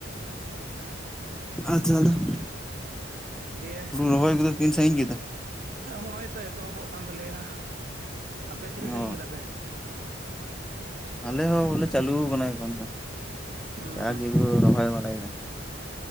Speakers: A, in the centre; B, on the right (about 45°).
A: ᱟᱪᱪᱷᱟ‌ ᱟᱞᱮᱟ ᱫᱚ
B: ᱫᱤᱭᱮ
A: ᱨᱚᱦᱚᱭ ᱠᱚᱫᱚ ᱛᱤᱱ ᱥᱟᱺᱭᱤᱧ ᱠᱮᱫᱟ?
B: ᱦᱚᱸᱜ-ᱚᱭ ᱛᱚ ᱮᱛᱚᱦᱚᱵᱚᱜ ᱠᱟᱱ ᱛᱟᱞᱮᱭᱟ᱾ ᱟᱯᱮ ᱛᱤᱱᱟᱹᱜ ᱥᱟᱺᱜᱤᱧ
A: ᱚ
B: ᱠᱮᱫᱟ ᱯᱮ?
A: ᱟᱞᱮ ᱦᱚᱸ ᱵᱚᱞᱮ ᱪᱟᱞᱩᱣ ᱠᱟᱱᱟ ᱮᱠᱷᱚᱱ ᱫᱚ᱾ᱡᱟ
B: ᱦᱩᱸ
A: ᱜᱮᱠᱚ ᱨᱚᱦᱚᱭ ᱵᱟᱲᱟᱭᱮᱫᱟ᱾